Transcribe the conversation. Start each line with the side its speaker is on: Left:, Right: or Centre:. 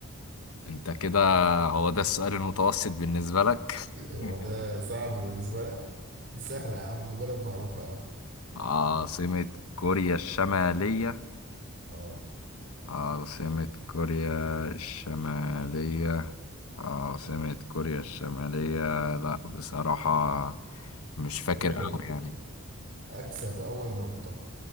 Left: انت كده هو ده السؤال المتوسط بالنسبه لك <laughs>
Right: وده صعب بالنسبة لك دي سهلة يا عم دي بلد معروفة أوي
Left: عاصمه كوريا الشماليه
Right: اه
Left: عاصمة كوريا الشمالية عاصمة كوريا الشمالية لا بصراحة مش فاكر
Right: قولوا
Left: أوي يعني
Right: أكسب أول نقطة